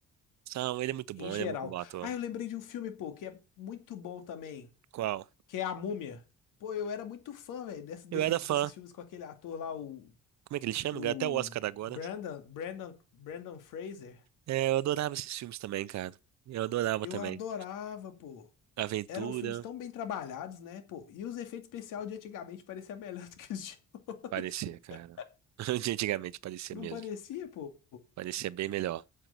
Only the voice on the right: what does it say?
São, ele é muito
bom,
ele é muito bom ator.
Qual?
Eu era fã.
Como é que ele chama?
Ganhou até o Oscar agora.
É, eu adorava esses filmes também, cara. Eu adorava
também.
Aventura,
parecia,
cara.
<laughs> De Antigamente parecia
mesmo.
Parecia bem melhor.